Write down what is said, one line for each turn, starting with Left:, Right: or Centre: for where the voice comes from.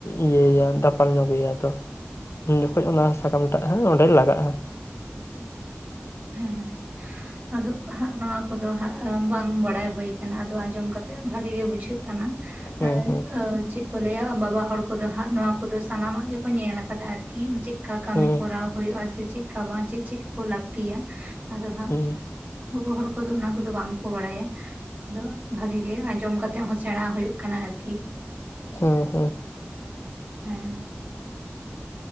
Left: ᱤᱭᱟᱹᱭᱼᱭᱟ ᱫᱟᱯᱟᱞ ᱧᱚᱜᱮᱭᱟ ᱛᱚ, ᱩᱱ ᱡᱚᱠᱷᱚᱡ ᱚᱱᱟ ᱥᱟᱠᱟᱢ ᱴᱟᱜ ᱦᱟᱸᱜ ᱚᱸᱰᱮ ᱞᱟᱜᱟᱜᱼᱟ᱾
Right: ᱦᱮᱸᱻ᱾ ᱟᱫᱚ ᱦᱟᱸᱜ ᱱᱚᱣᱟ ᱠᱚᱫᱚ ᱦᱟᱸᱜ ᱵᱟᱝ ᱵᱟᱲᱟᱭ ᱦᱳᱭ ᱟᱠᱟᱱᱟ, ᱟᱫᱚ ᱟᱸᱡᱚᱢ ᱠᱟᱛᱮ ᱵᱷᱟᱜᱮ ᱜᱮ ᱵᱩᱡᱷᱟᱹᱜ ᱠᱟᱱᱟ <unintelligible>
Left: ᱦᱮᱸ ᱦᱮᱸ
Right: ᱪᱮᱫ ᱠᱚ ᱞᱟᱹᱭᱟ ᱵᱟᱵᱟ ᱦᱚᱲ ᱠᱚᱫᱚ ᱦᱟᱸᱜ ᱱᱚᱣᱟ ᱠᱚᱫᱚ ᱥᱟᱱᱟᱢᱟᱜ ᱜᱮᱠᱚ ᱧᱮᱞ ᱟᱠᱟᱫᱟ ᱟᱨᱠᱤ, ᱪᱮᱫ ᱠᱟ ᱠᱟᱹᱢᱤ
Left: ᱦᱮᱸ
Right: ᱠᱚᱨᱟᱣ ᱦᱳᱭᱳᱜᱼᱟ ᱥᱮ ᱪᱮᱫ ᱠᱟ ᱵᱟᱝ ᱪᱮᱫ ᱪᱮᱫ ᱠᱚ ᱞᱟᱹᱠᱛᱤᱭᱟ? ᱟᱫᱚ ᱦᱟᱸᱜ
Left: ᱦᱮᱸ
Right: ᱜᱚᱜᱚ ᱦᱚᱲ ᱠᱚᱫᱚ ᱚᱱᱟ ᱠᱚᱫᱚ ᱵᱟᱝ ᱠᱚ ᱵᱟᱲᱟᱭᱟ᱾ ᱟᱫᱚ ᱵᱷᱟᱜᱮ ᱜᱮ ᱟᱸᱡᱚᱢ ᱠᱟᱛᱮᱜ ᱦᱚᱸ ᱥᱮᱬᱟ ᱦᱩᱭᱩᱜ ᱠᱟᱱᱟ ᱟᱨᱠᱤ᱾
Left: ᱦᱮᱸ ᱦᱮᱸ᱾
Right: ᱦᱮᱸ᱾